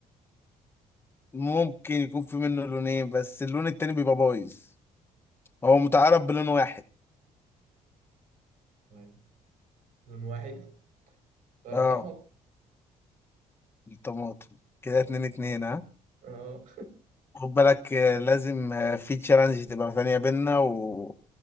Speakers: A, on the left (about 15°); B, on the right (about 75°).
A: ممكن يكون في منه لونين بس اللون التاني بيبقى بايظ هو متعارف بلون واحد
B: طيب لون واحد طيب
A: اه
B: طماط
A: الطماطم كده اتنين اتنين ها
B: اه
A: خد بالك آه، لازم آه، في تشالنج تبقى ثانية بينا و...